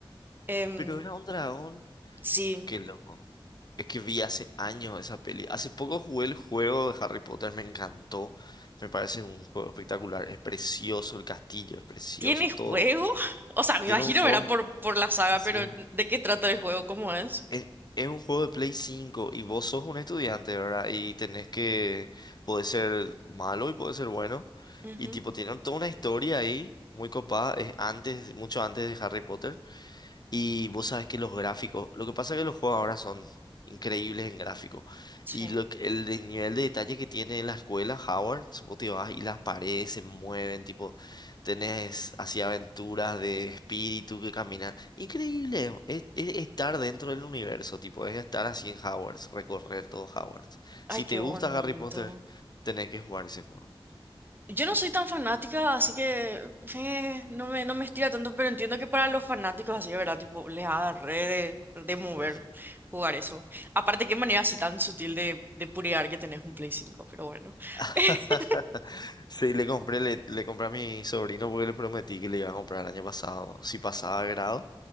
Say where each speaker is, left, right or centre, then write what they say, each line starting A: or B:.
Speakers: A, on the right; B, on the left.
A: Em,
B: pero era un dragón.
A: sí.
B: Qué loco. Es que vi hace años esa peli. Hace poco jugué el juego de Harry Potter, me encantó. Me parece un juego espectacular. Es precioso el castillo, es precioso
A: ¿Tiene
B: todo.
A: juego? <laughs> O sea, me
B: Tiene
A: imagino,
B: un juego.
A: verá por, por la saga,
B: Sí.
A: pero ¿de qué trata el juego? ¿Cómo es?
B: Es, es un juego de Play 5 y vos sos un estudiante, ¿verdad? Y tenés que, puede ser malo y puede ser bueno.
A: Ujú,
B: Y tipo, tienen toda una historia ahí, muy copada, es antes, mucho antes de Harry Potter. Y vos sabes que los gráficos, lo que pasa es que los juegos ahora son increíbles en gráficos.
A: Sí.
B: Y lo que- el, de- nivel de detalle que tiene la escuela, Howard, vos te vas y las paredes se mueven, tipo, tenés así aventuras de espíritu que caminan. Increíble, es, es estar dentro del universo, tipo, es estar así en Howard, recorrer todo Howard.
A: Ay,
B: Si
A: qué
B: te
A: bonito.
B: gusta Harry Potter, tenés que jugar ese juego.
A: Yo no soy tan fanática, así que eh, no me, no me estira tanto, pero entiendo que para los fanáticos así, de ¿verdad? Tipo, les ha re de, de mover
B: Ujú.
A: jugar eso. Aparte, qué manera así tan sutil de, de purear que tenés un Play 5 pero bueno.
B: <laughs>
A: <laughs>
B: Sí, le compré, le, le compré a mi sobrino porque le prometí que le iba a comprar el año pasado, si pasaba grado,